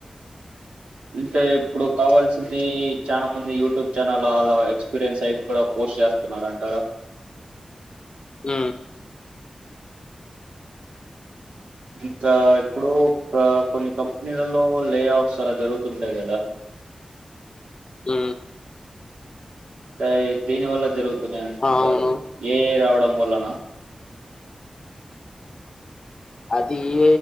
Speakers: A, on the right (about 85°); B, on the left (about 40°).
A: అంటే ఇప్పుడు కావాల్సింది చాలా మంది యూట్యూబ్ ఛానల్ అలా ఎక్స్పీరియన్స్ అయి కూడా పో చేస్తున్నారు అండి
B: ఉ
A: ఇంకా ఇప్పుడు కొన్ని కంపెనీలలో లే ఆఫ్స్ అలా జరుగుతుంటాయి కదా య
B: ఉ
A: అంటే దేని వల్ల జరుగుతున్నా అనుకుంటారు
B: అవును
A: ఏఐ రావడం వలన
B: అదియ